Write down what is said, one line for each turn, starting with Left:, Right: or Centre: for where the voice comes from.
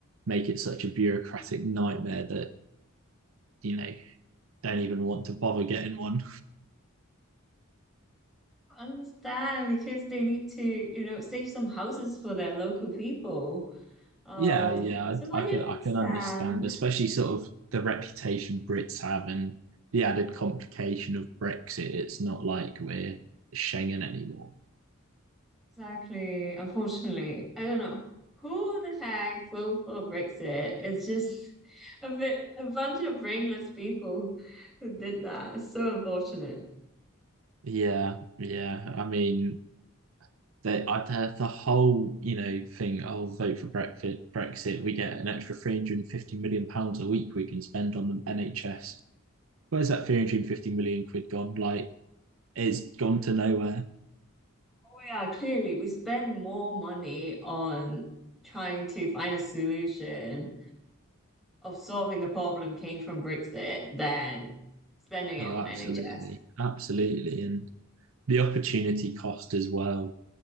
Right: make it such a bureaucratic nightmare that you know don't even want to bother getting one.
Centre: Understand because they need to, you know, save some houses for their local people. Um,
Right: Yeah, yeah,
Centre: so I
Right: I,
Centre: can
Right: I can I can understand,
Centre: understand.
Right: especially sort of the reputation Brits have and the added complication of Brexit. It's not like we're Schengen anymore.
Centre: Exactly. Unfortunately, I don't know who the heck voted for Brexit. It's just a bit, a bunch of brainless people who did that. It's so unfortunate.
Right: Yeah, yeah. I mean, They, I've had the whole, you know, thing. Oh, vote for Brexit. Brexit. We get an extra three hundred and fifty million pounds a week we can spend on the NHS. Where's that three hundred and fifty million quid gone? Like, it's gone to nowhere.
Centre: Oh yeah, clearly we spend more money on trying to find a solution of solving the problem came from Brexit than spending it
Right: Oh,
Centre: on
Right: absolutely,
Centre: NHS.
Right: absolutely, and the opportunity cost as well